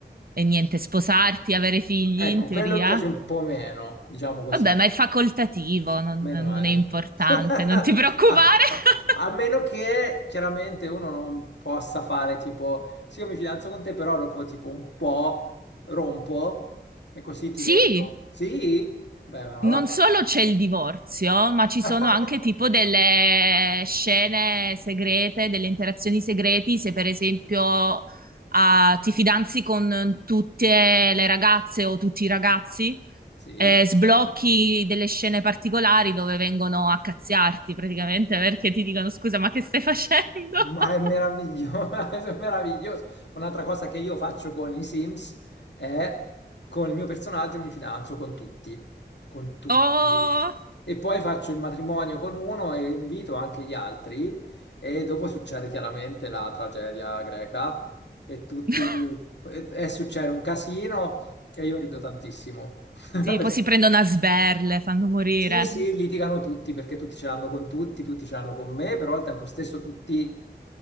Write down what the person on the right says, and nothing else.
e niente, sposarti, avere figli
in teoria.
Vabbè, ma è facoltativo, non,
non
è importante,
non ti preoccupare.
<laughs>
Sì,
non solo c'è il divorzio, ma ci
sono anche tipo delle scene segrete, delle interazioni segreti, se per esempio ah, ti fidanzi con tutte le ragazze o tutti i ragazzi,
eh, sblocchi delle scene particolari dove vengono a cazziarti praticamente perché ti dicono scusa, ma che stai facendo?
<laughs>
Oh...
<laughs>
Sì, poi si prendono a sberle, fanno morire.